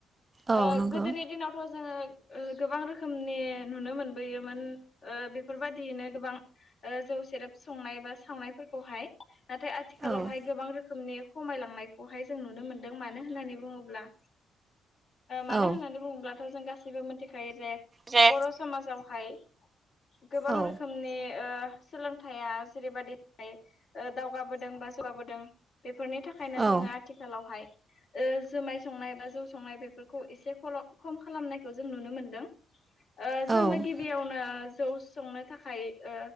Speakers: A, on the right; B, on the left.
A: औ
B: ओ
A: नंगौ
B: गोदोनि दिनावथ' जोङो ओ गोबां रोखोमनि नुनो मोनबोयोमोन ओ बेफोरबायदियैनो गोबां ओ जौ सेरेब संनाय बा सावनायफोरखौहाय नाथाय आथिखालावहाय
A: औ
B: गोबां रोखोमनि खमायलांनायखौहाय जों नुनो मोन्दों मानो होननानै बुङोब्ला मानो
A: औ
B: होननानै बुङोबथ' जों गासैबो मिथिखायो जे
A: जे
B: बर' समाजावहाय गोबां
A: औ
B: रोखोमनि ओ सोलोंथाइया जेरैबायदि दावगाबोदों बा जौगाबोदों बे फोरनि थाखायनो
A: औ
B: जोङो आथिखालावहाय ओ जोमाय संनाय बा जौ संनाय बेफोरखौ एसे खल खम खालामनायखौ जों नुनो मोनदों ओ
A: औ
B: जोङो गिबियावनो जौ संनो थाखाय ओ